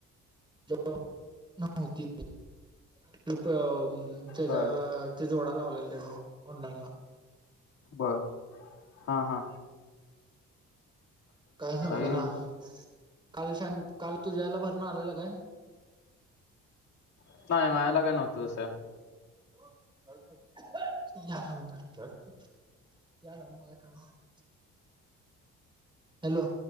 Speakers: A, on the right (about 15°); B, on the left (about 65°).
A: तिज <unintelligible> त्याचा
B: बर
A: ते जोडा लाव ल्याल दिजो ऑनलाइन ला.
B: बर हा हा.
A: काय समज
B: रे
A: ना. <inaudible> काल शॅण काल तुझ्याला भरण आलेलं काय?
B: <unintelligible> मारला का नव्हतं असं.
A: <unintelligible> हॅलो.